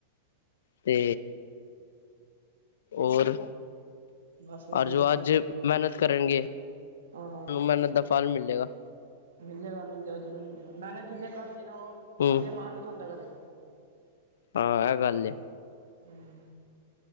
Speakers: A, on the left; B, on the right.
A: ਤੇ ਔਰ,
B: ਬਸ ਵਧੀਆ
A: ਅਰ ਜੋ ਅੱਜ ਮੈਨਤ ਕਰਨਗੇ
B: ਹਾਂ
A: ਓਨੂੰ ਮੈਨਤ ਦਾ ਫਲ ਮਿਲੇਗਾ।
B: ਮਿਲੇਗਾ, ਮਿਲੇੇਗਾ ਜ਼ਰੂਰ ਮਿਲੇਗਾ ਮੈਂਨਤ ਜਿੰਨੇ ਕਰ ਲਈ ਨਾ ਓ
A: ਹੂੰ
B: ਅੱਗੇ ਮਾਰ ਨੀ ਖਾਂਦਾ ਕਦੇ।
A: ਹਾਂ ਐ ਗੱਲ ਏ।
B: ਹਮ